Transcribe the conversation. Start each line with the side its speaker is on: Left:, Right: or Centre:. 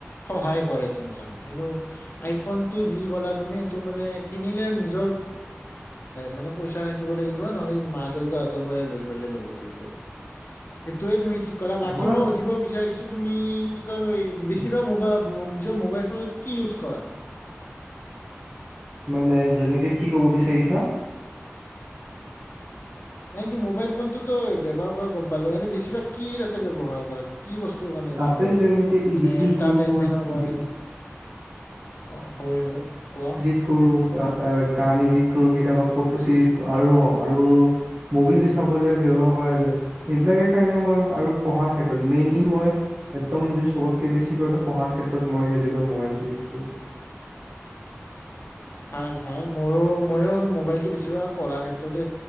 Left: সহায় কৰে চেমচাঙে, কিন্তু আইফোনটো যি কলা তুমি সেইটো মানে কিনিলে নিজৰ মানে পইচা থাকিব লাগিব নহলে মা দেউতাহতৰ পৰাই লৈ পেল ল'ব লাগিব। এইটোয়ে তুমি ঠিক কলা' বাকী
Right: হয়
Left: মই উধিব বিচাৰিছো তুমি কি কয় বেছিভাগ মোবা নিজৰ মোবাইল ফোনত কি ইউজ কৰা
Right: মানে যেনেকে কি কব বিচাৰিছা?
Left: মানে তই মোবাইল ফোনটোতো ব্যৱহাৰ কৰা গম পালো এনে বেছিভাগ কি তাতে ব্যৱহাৰ কৰা কি বস্তু মানে
Right: তাতে
Left: বেছি ব্যৱহাৰ
Right: যেনেকে
Left: কৰা মানে
Right: ইডিটিং
Left: এন্টাৰটেনমেন্ট
Right: কৰো মই
Left: এভাৰ ৱে অ হয় হয় কোৱা
Right: ইডিট কৰো, গান ইডিট কৰো কেতিয়াবা ফটোচ ই আৰু আৰু মুভি বি চাবলে ব্যাবহাৰ কৰা যায়। সেইবিলাকে কাৰণে আৰু মই পঢাৰ ক্ষেত্ৰত মেইনলি মই একমদ চবতকে বেছি কৈ পঢ়াৰ ক্ষেত্ৰত মই কডেলিকৈ মবাইলটো বেছিকৈ ইউজ কৰো
Left: ভাল ভাল, মোৰো মইওটো মোবাইলতটো বেছিভাগ পঢ়াৰ ক্ষেত্ৰতে